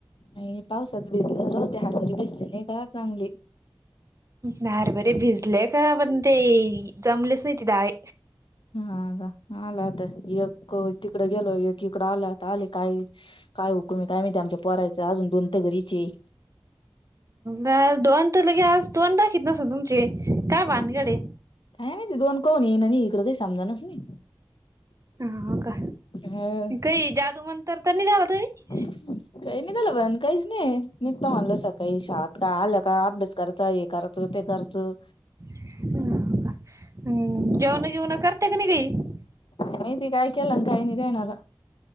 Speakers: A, on the left (about 80°); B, on the right (about 40°).
A: नाही पावसात भिजले राव होते, हरभरे घरी भिजलेले का चांगली.
B: हरभरे भिजले का म्हणते, जमलेच नाही ते डाळी.
A: हा का आलाता एक होता, तिकड गेलो एक इकड आलंत आले काही. काय हुकुमी आहे काय माहिते, आमच्या पोरायचं अजून दोन् घरीचे.
B: नाय दोन तर लगेच आज तोंड दाखवीत नसेल, तुमचे काय भानगडे.
A: काय माहिती दोन कोण येईना, इकडे काही समजत नाही.
B: हां का
A: अ
B: काही जादू मंतर तर, नाही झाला तुम्ही.
A: काही नाही झालं काहीच नाही, मिस्त म्हणलं सकाळी शाळेत का आलय. कां अभ्यास करायचां हे, करायचं ते कराचं
B: ह हम्म जेवणं बिवणं करते का नाही गं ही?
A: महिती काय केला, काय नाही देणारा.